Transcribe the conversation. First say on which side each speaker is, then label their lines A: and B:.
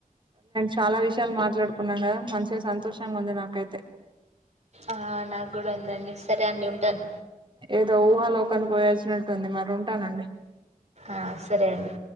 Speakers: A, on the right; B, on the right.
A: చాలా విషయం విషయాలు మాట్లాడుకున్నాం కదా మంచిగా సంతోషంగా ఉంది నాకైతే
B: ఆ నాకు కూడా ఉందండి సరే అండి ఉంటాను
A: ఏదో ఊహాలోకానికి పోయాల్సినట్టుంది మరి ఉంటానండి
B: ఆ సరే అండి